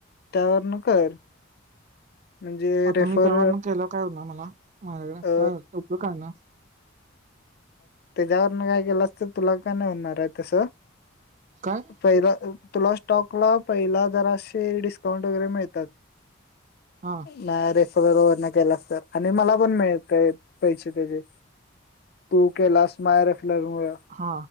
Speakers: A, on the left; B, on the right.
A: त्यावर न कर म्हणजे
B: आता
A: रेफर
B: मी त्यावर केल काय हो ना मला माझ्याकडे
A: अ
B: काय उपयोग ना
A: त्याच्यावरन काय केलं अस तर तुला काय नाही होणार आहे तस
B: काय
A: पहिला तुला स्टॉकला पहिला जराशी डिस्काउंट वगैरे मिळतात
B: हा
A: नाही रे <unintelligible> केला असत आणि मला पण मिळत पैसे त्याचे तू केलास मायरफला मुळे
B: हा